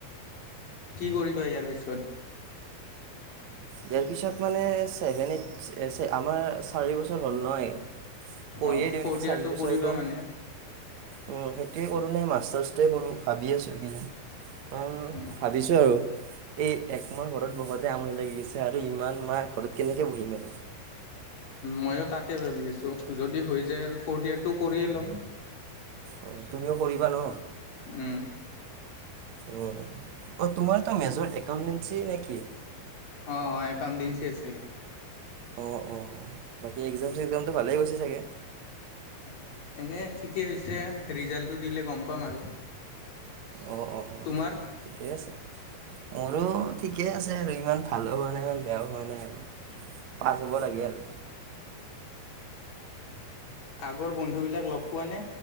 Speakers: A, on the left; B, on the right.
A: কি কৰিবা ইয়াৰ পিছত।
B: ইয়াৰ পিছত মানেভেন এই আমাৰ চাৰি বছৰ হল নহয়। কৰিয়ে
A: অ'
B: দিও
A: ফ'ৰ্থ
B: নেকি
A: ইয়েৰটো
B: চাৰি বছৰৰতটো
A: কৰিবা মানে।
B: উম, সেইটোয়ে কৰো নে মাষ্টাৰ্ছটোৱে কৰো ভাবি আছো এইকেইজনিন কাৰণ
A: অ',
B: ভাবিছো আৰু। এ - একমৰ ঘৰত বহাতে আমনি লাগি গৈছে। আৰু ইমান মা ঘৰত কেনেকৈ বহিম আৰু।
A: ময়ো তাকে ভাবি আছো যদি হৈ যায় আৰু ফ'ৰ্থ ইয়োৰটো কৰিয়ে ল'ম।
B: অ, তুমিও কৰিবা ন
A: উম,
B: উম, অ, তোমাৰ এটা মেজৰ একাউণ্টেঞ্চি নেকি?
A: অ - অ একাউণ্টেন্সী আছিলে।
B: অ - অ বাকী এক্জাম চিক্জামটো ভালেই গৈছেি চাগে।
A: অ, এনে ঠিকেই হৈছে ৰিজাল্টটো দিলে গম পাম আৰু।
B: অ-অ
A: তোমাৰ
B: ঠিকেই আছে। মোৰো ঠিকেই আছে আৰু ইমান ভালো হোৱা নাই ইমান বেয়াও হোৱা নাই আৰু। পাছ হ'ব লাগে আৰু।
A: <inaudible> আগৰ বন্ধুবিলাক লগ পোৱা নে